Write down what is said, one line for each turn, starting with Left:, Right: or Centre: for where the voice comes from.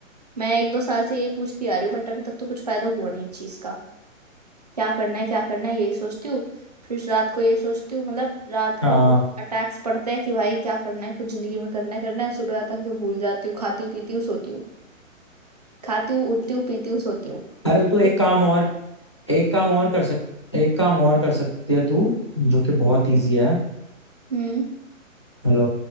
Right: मैं एक दो साल से यही पूछती आ रही हूँ बट अभी तक तो कुछ फायदा हुआ नहीं इस चीज का क्या करना है क्या करना है यही सोचती हूँ फिर रात को ये सोचती हूँ मतलब रात
Left: हाँ
Right: को अटैक्स पड़ते हैं कि भाई क्या करना है कुछ जिंदगी में करना है करना है सुबह तक तो भूल जाती हूँ खाती हूँ पीती हूँ सोती हूँ खाती हूँ उठती हूँ पीती हूँ सोती हूँ
Left: अरे
Right: बस
Left: तो तू एक
Right: यही
Left: काम
Right: चल
Left: और एक काम और कर सक एक काम और कर सकती है तू जो कि बहुत ईजी है
Right: हम्म
Left: हेलो